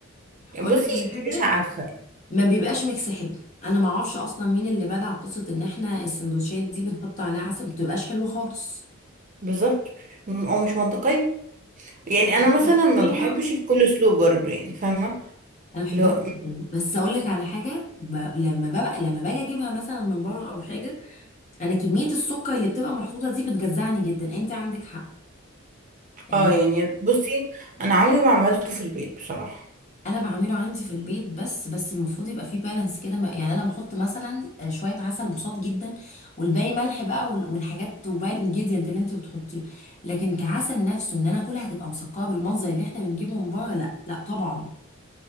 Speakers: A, on the right; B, on the left.
A: بصي
B: اقول لك على حاجه
A: مش عارفة
B: ما بيبقاش ميكس حلو انا ما اعرفش اصلا مين اللي بدع قصه ان احنا السندوتشات دي بنحط عليها عسل ما بتبقاش حلوه خالص
A: بالظبط م- او مش منطقية يعني انا
B: <laughs>
A: مثلا ما بحبش الكول سلو برضو يعني فاهمة
B: انا بحبها
A: لو
B: جدا بس اقول لك على حاجه ب... لما ببقى لما باجي اجيبها مثلا من بره او حاجه انا كميه السكر اللي بتبقى محطوطه دي بتجزعني جدا انت عندك حق يعني
A: اه يعني بصي انا عمري ما عملته في البيت بصراحة
B: انا بعمله عندي في البيت بس بس المفروض يبقى فيه بالانس كده ما- يعني انا بحط مثلا آه، شويه عسل بساط جدا والباقي ملح بقى وال- والحاجات وباقي الانجيديانت اللي انت بتحطيه لكن كعسل نفسه ان انا اكلها هتبقى مسكره بالمنظر اللي احنا بنجيبه من بره لا لا طبعا